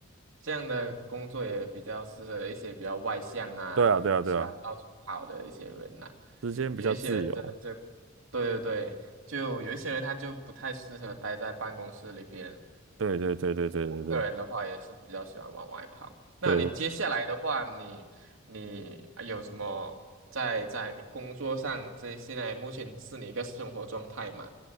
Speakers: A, on the right; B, on the right.
A: 这样的工作也比较适合一些比较外向啊，
B: 对啊，对啊，对啊，
A: 喜欢到处跑的一些人呐、
B: 时间比较自由。
A: 有一些人真的是，对对对，就有一些人他就不太适合待在办公室里边。
B: 对对对对对对对
A: 我个人的话也是比较喜欢往外跑。那你接下来的话，
B: 对
A: 你你啊有什么在在你工作上，这现在目前是你一个生活状态嘛？